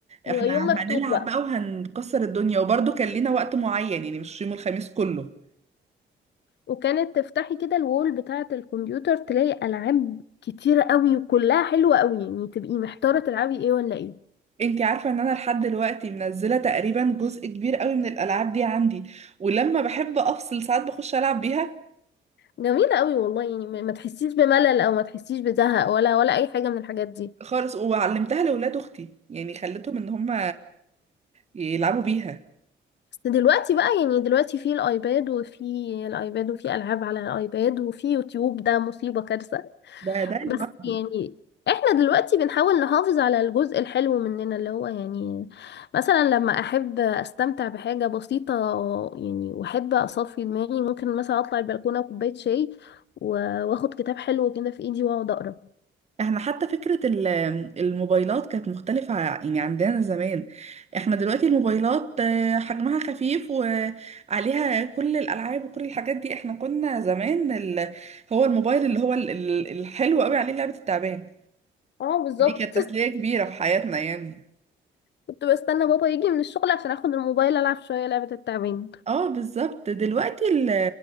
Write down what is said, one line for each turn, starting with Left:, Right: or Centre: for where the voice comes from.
Left: هو
Right: احنا
Left: يوم مفتوح
Right: هنلعب
Left: بقى
Right: بقى وهنكسر الدنيا وبرضه كان لينا وقت معين يعني مش يوم الخميس كله
Left: وكانت تفتحي كده الوول بتاعة الكمبيوتر تلاقي ألعاب كتيرة قوي وكلها حلوة قوي يعني تبقي محتارة تلعبي ايه ولا ايه
Right: انتي عارفة ان انا لحد دلوقتي منزلة تقريبا جزء كبير قوي من الالعاب دي عندي ولما بحب افصل ساعات بخش العب بيها
Left: جميلة قوي والله يعني ما ما تحسيش بملل او ما تحسيش بزهق ولا ولا اي حاجة من الحاجات دي
Right: خالص وعلمتها لاولاد اختي يعني خليتهم ان هم يلعبوا بيها
Left: دلوقتي بقى يعني دلوقتي في الايباد وفي الايباد وفي العاب على الايباد وفي يوتيوب ده مصيبة كارثة
Right: ده ده
Left: بس
Right: لوحده
Left: يعني احنا دلوقتي بنحاول نحافظ على الجزء الحلو مننا اللي هو يعني مثلا لما احب استمتع بحاجة بسيطة يعني واحب اصفي دماغي ممكن مثلا اطلع البلكونة وكوباية شاي و- واخد كتاب حلو كده في ايدي واقعد اقرا
Right: احنا حتى فكرة ال- الموبايلات كانت مختلفة ع- يعني عندنا زمان احنا دلوقتي الموبايلات آه، حجمها خفيف وعليها كل الألعاب وكل الحاجات دي احنا كنا زمان ال... هو الموبايل اللي هو ال- ال- الحلو قوي عليه لعبة التعبان
Left: اه بالظبط
Right: دي كانت تسلية
Left: <laughs>
Right: كبيرة في حياتنا يعني
Left: كنت بستنى بابا يجي من الشغل عشان اخد الموبايل العب شوية لعبة التعبان
Right: اه بالظبط دلوقتي ال...